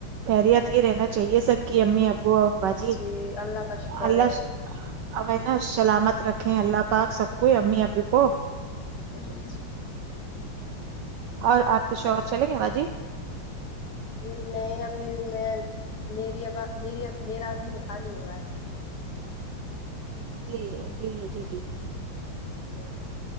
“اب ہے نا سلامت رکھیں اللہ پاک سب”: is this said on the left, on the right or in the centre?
Right